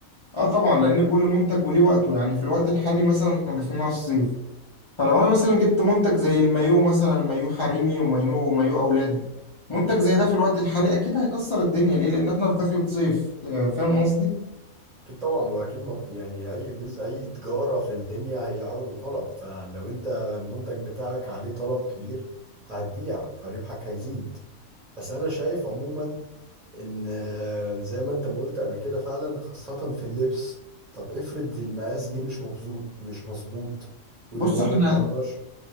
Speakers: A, on the left; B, on the right.
A: اه طبعا لان كل منتج وليه وقته يعني في الوقت الحالي مثلا احنا داخلين على الصيف فلو انا مثلا جبت منتج زي المايو مثلا مايو حريمي ومايو ومايو اولادي منتج زي ده في الوقت الحالي اكيد هيكسر الدنيا ليه لان احنا في دخلة صيف آه، فاهم قصدي
B: أكيد طبعا وأكيد ما يعني أي بز أي تجارة في الدنيا هي عرض وطلب فلو أنت المنتج بتاعك عليه طلب كبير فهتبيع فربحك هيزيد بس أنا شايف عموما إن آه، زي ما أنت ما قلت قبل كده فعلا خاصة في اللبس طب افرض المقاس جه مش مظبوط مش مظبوط والمورد
A: بص احنا
B: مرضاش